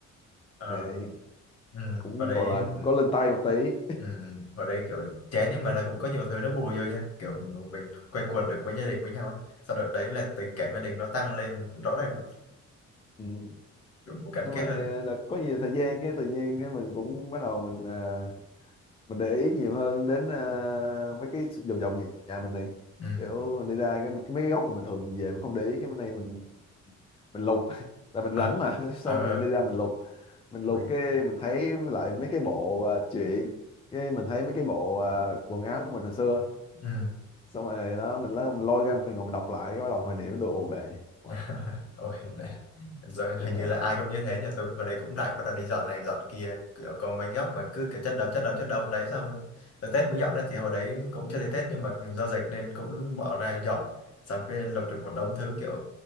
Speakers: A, on the left (about 55°); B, on the left (about 20°).
A: ờ
B: Đấy,
A: ừ.
B: cũng
A: hồi đấy
B: gọi là có lên tay một tí
A: Ừ, hồi đây kiểu chán nhưng mà là cũng có nhiều thứ nó bù vô nha kiểu mình quây quần được với gia đình với nhau ấy sau đợt đấy là tình cảm gia đình nó tăng lên rõ ràng luôn
B: ừ.
A: kiểu một gắn
B: xong
A: kết
B: rồi
A: hơn
B: ờ, đợt có nhiều thời gian cái tự nhiên cái mình cũng bắt đầu mình ờ, mình để ý nhiều hơn đến ờ, mấy cái vòng vòng nhà, nhà mình này
A: ừ
B: kiểu mình đi ra cái mấy cái góc mà mình thường mình về mình không để ý cái bên này mình mình lục <laughs> là mình
A: ờ
B: rảnh mà <laughs> xong
A: ờ ờ,
B: rồi mình đi ra mình lục mình lục
A: mình
B: cái mình thấy lại mấy cái bộ à, truyện cái mình thấy mấy cái bộ à, quần áo của mình hồi xưa
A: ừ
B: xong rồi đó mình lấy mình lôi ra mình ngồi mình đọc lại cái bắt đầu hoài niệm đồ về Uầy,
A: <laughs> ôi rồi
B: đúng
A: hình như
B: là
A: là ai cũng như thế nhà tôi vào đây cũng rảnh bắt đầu đi dọn này dọn kia kiểu có mấy góc mà cứ kiểu chất đống chất đống chất đống đấy xong tới Tết mới dọn đấy thì hồi đấy cũng chưa tới Tết nhưng mà do dịch nên cũng bỏ ra dọn xong cái lục được một đống thứ kiểu